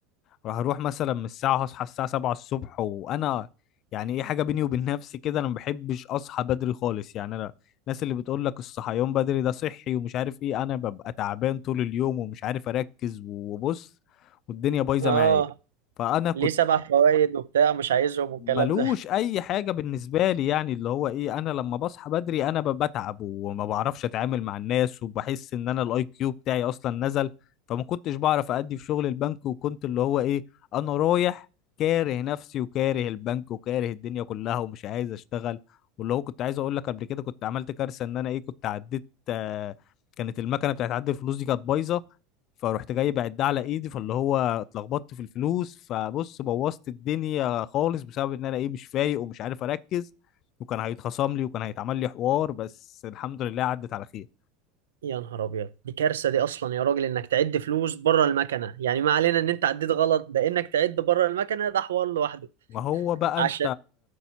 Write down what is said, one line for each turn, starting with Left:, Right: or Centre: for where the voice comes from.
Left: راح اروح مثلا من الساعه هصحى الساعه 7 الصبح وانا يعني ايه حاجه بيني وبين نفسي كده انا ما بحبش اصحى بدري خالص يعني انا الناس اللي بتقول لك الصحيان بدري ده صحي ومش عارف ايه انا ببقى تعبان طول اليوم ومش عارف اركز وبص والدنيا بايظه
Right: آه
Left: معايا فانا كنت
Right: ليه سبع فوائد وبتاع مش عايزهم والكلام
Left: ملوش اي حاجه بالنسبه لي يعني اللي هو ايه انا لما بصحى بدري انا ب- بتعب وما بعرفش اتعامل مع الناس وبحس ان انا الاي كيو بتاعي اصلا نزل فما كنتش بعرف ادي في شغل البنك وكنت اللي هو ايه انا رايح كاره نفسي وكاره البنك وكاره الدنيا كلها ومش عايز اشتغل واللي هو كنت عايز اقول لك قبل كده كنت عملت كارثه ان انا ايه كنت عديت آه كانت المكنه بتاعت عد الفلوس دي كانت بايظه فروحت جاي بعدها على ايدي فاللي هو اتلخبطت في الفلوس فبص بوظت الدنيا خالص بسبب ان انا ايه مش فايق ومش عارف اركز وكان هيتخصم لي وكان هيتعمل لي حوار بس الحمد لله عدت على خير
Right: يا نهار ابيض دي كارثه دي اصلا يا راجل انك تعد فلوس بره المكنه يعني ما علينا ان انت عديت غلط ده انك تعد بره المكنه ده حوار لوحده
Left: ما هو بقى
Right: عشان
Left: انت